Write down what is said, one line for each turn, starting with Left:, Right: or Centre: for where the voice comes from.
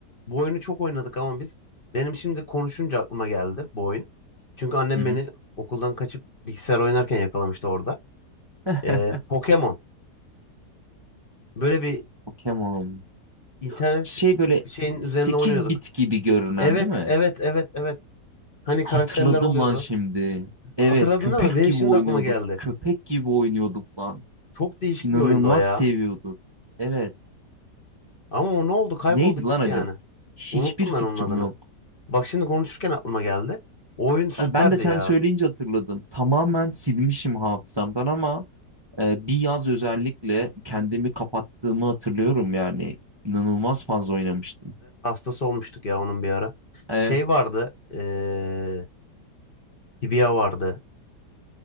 Left: bu oyunu çok oynadık ama biz benim şimdi konuşunca aklıma geldi bu oyun. Çünkü annem
Right: Hı hı.
Left: beni okuldan kaçıp bilgisayar oynarken yakalamıştı orada.
Right: <laughs>
Left: Ee, Pokemon. Böyle bir
Right: Pokemon.
Left: internet
Right: Şey böyle
Left: şeyin
Right: 8
Left: üzerinde oynuyorduk.
Right: bit gibi görünen
Left: Evet,
Right: değil mi?
Left: evet, evet, evet. Hani
Right: Hatırladım
Left: karakterler oluyordu.
Right: lan şimdi. Evet
Left: Hatırladın
Right: köpek
Left: değil mi? Benim
Right: gibi
Left: şimdi
Right: oynuyorduk.
Left: aklıma geldi.
Right: Köpek gibi oynuyorduk lan.
Left: Çok değişik
Right: İnanılmaz
Left: bir oyundu o ya.
Right: seviyorduk. Evet.
Left: Ama o ne oldu? Kayboldu
Right: Neydi
Left: gitti
Right: lan acaba?
Left: yani.
Right: Hiçbir
Left: Unuttum
Right: fikrim
Left: ben onun adını.
Right: yok.
Left: Bak şimdi konuşurken aklıma geldi. O oyun süperdi
Right: E, Ben de sen
Left: ya.
Right: söyleyince hatırladım. Tamamen silmişim hafızamdan ama e, bir yaz özellikle kendimi kapattığımı hatırlıyorum yani. İnanılmaz fazla oynamıştım.
Left: Hastası olmuştuk ya onun bir ara.
Right: Evet,
Left: Şey vardı. Eee Tibia vardı.